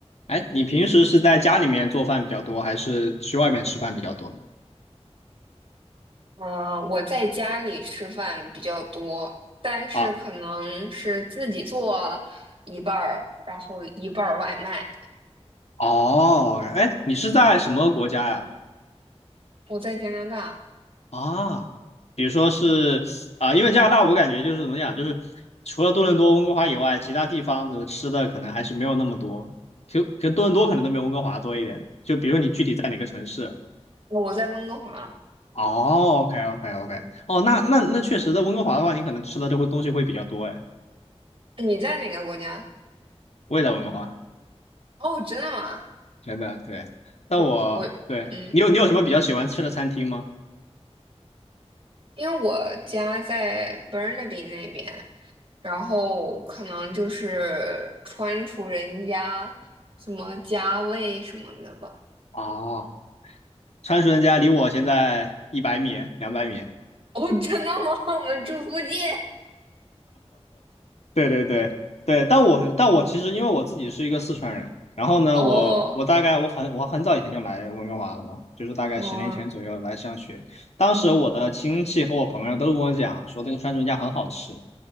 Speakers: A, on the left; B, on the right.
A: 哎，你平时是在家里面做饭比较多，还是去外面吃饭比较多？
B: 嗯，我在家里吃饭比较多，但是可能是自己做一半儿，
A: 啊，
B: 然后一半儿外卖。
A: 哦，哎，你是在什么国家呀？
B: 我在加拿大，
A: 啊，比如说是啊，因为加拿大，我感觉就是怎么讲，就是除了多伦多、温哥华以外，其他地方的吃的可能还是没有那么多，就跟多伦多可能都没有温哥华多一点。
B: 嗯，
A: 就比如你具体在哪个城市？
B: 我在温哥华。
A: 哦，OK OK OK，哦，那那那确实，在温哥华的话，你可能吃的这会东西会比较多，哎，
B: 你在哪个国家？
A: 我也在温哥华。
B: 哦，真的吗？
A: 真的对。但我对你有你有什么比较喜欢吃的餐厅吗？
B: 嗯，我嗯，因为我家在 Burnaby 那边，然后可能就是川楚人家什么家味什么的吧。
A: 哦，川蜀人家离我现在一百米、两百米。
B: 哦，真的吗？<laughs> 我们住附近。
A: 对对对对，但我但我其实因为我自己是一个四川人，然后呢，
B: <laughs> 哦，
A: 我我大概我很我很早以前就来温哥华了嘛，就是大概十年前左右来上学。
B: 哦，
A: 当时我的亲戚和我朋友都跟我讲说这个川蜀人家很好吃，
B: 嗯。